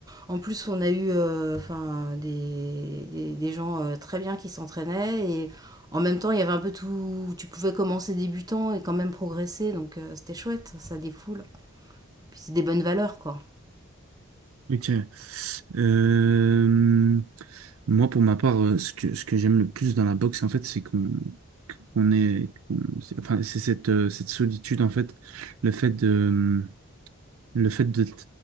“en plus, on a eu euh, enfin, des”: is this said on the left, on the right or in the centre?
Right